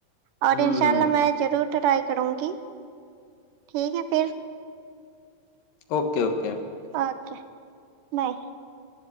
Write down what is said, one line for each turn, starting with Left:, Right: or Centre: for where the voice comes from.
Right: اور
Left: ہوں
Right: انشاء
Left: ہوں
Right: اللہ میں ضرور ٹرائی کروں گی ٹھیک ہے پھر <unintelligible>
Left: اوکے اوکے <unintelligible>
Right: اکا <unintelligible> نہیں <unintelligible>